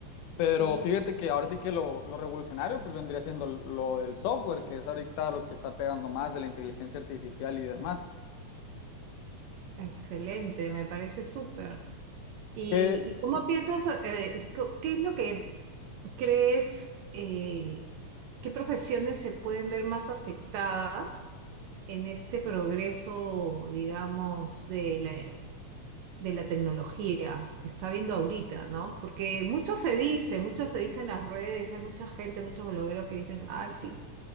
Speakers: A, on the left (about 85°); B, on the right (about 75°).
A: Pero
B: qué bien.
A: fíjate que ahora sí que lo, lo revolucionario pues vendría siendo lo del software, que es ahorita lo que está pegando más de la inteligencia artificial y demás.
B: Excelente, me parece súper. ¿Y,
A: ¿Qué,
B: y cómo
A: qué-
B: piensas, eh, co- qué es lo que crees, eh, qué profesiones se pueden ver más afectadas en este progreso, digamos, de la, de la tecnología que está viendo ahorita, ¿no? Porque mucho se dice, mucho se dice en las redes, hay mucha gente, muchos blogueros que dicen, ay, sí,